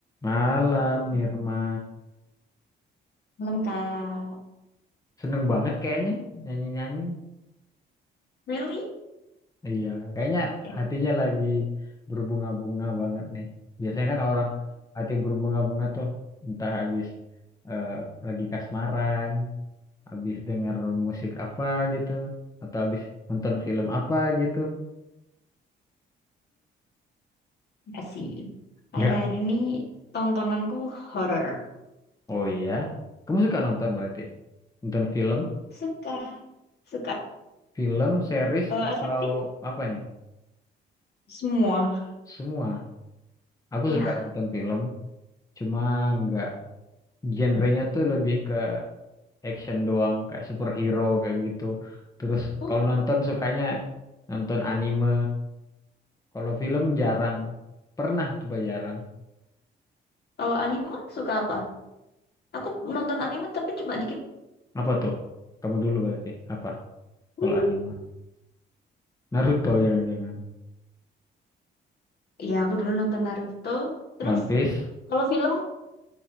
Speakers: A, on the left (about 15°); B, on the left (about 55°).
A: Malam, Nirma.
B: Belum Kak.
A: Seneng banget kayaknya nyanyi-nyanyi.
B: Really?
A: Iya, kayaknya
B: Ya,
A: hatinya lagi berbunga-bunga banget nih. Biasanya kan orang hati berbunga-bunga tuh entah habis eh, lagi kasmaran, habis denger musik apa gitu, atau habis nonton film apa gitu.
B: nggak sih. Akhir-akhir
A: Enggak.
B: ini tontonanku horor.
A: Oh iya. Kamu suka nonton berarti? Nonton film,
B: Suka, suka.
A: film, series
B: Kalau
A: atau
B: efektif
A: apa nih?
B: semua.
A: Semua. Aku
B: Iya.
A: suka nonton film, cuma nggak Genrenya tuh lebih ke action doang, kayak superhero kayak gitu. Terus
B: Oh,
A: kalau nonton sukanya nonton anime. Kalau film jarang. Pernah coba jarang.
B: kalau anime suka apa? Aku nonton anime tapi cuma dikit.
A: Apa tuh? Kamu dulu berarti. Apa? Kalau
B: Hmm.
A: anime. Naruto jangan-jangan.
B: Iya, aku dulu nonton Naruto. Terus
A: One Piece.
B: kalau film